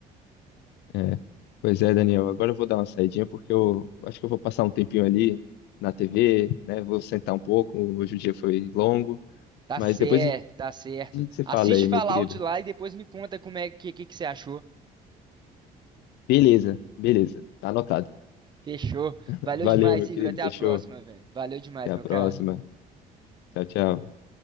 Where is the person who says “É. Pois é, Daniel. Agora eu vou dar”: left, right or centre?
Left